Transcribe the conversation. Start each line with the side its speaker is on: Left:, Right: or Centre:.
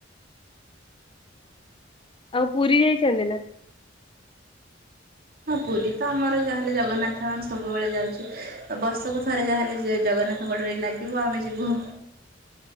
Left: ଆଉ ପୁରୀ ଯାଇଛନ୍ତି ନା?
Right: ହଁ ପୁରୀ ତ ଆମର ଯାହାହେଲେ ଜଗନ୍ନାଥ ଆମେ ସବୁବେଳେ ଯାଉଛୁ। ବର୍ଷକୁ ଥରେ ଯାହାହେଲେ ଜଗନ୍ନାଥ ଯେବେ ଡ଼ୋରି ଲାଗିବ ଆମେ ଯିବୁ।